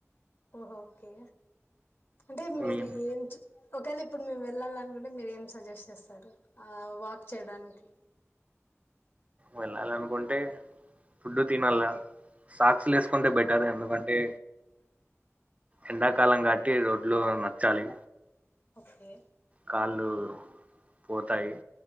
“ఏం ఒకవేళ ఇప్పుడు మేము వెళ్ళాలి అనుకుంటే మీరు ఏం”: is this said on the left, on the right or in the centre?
Left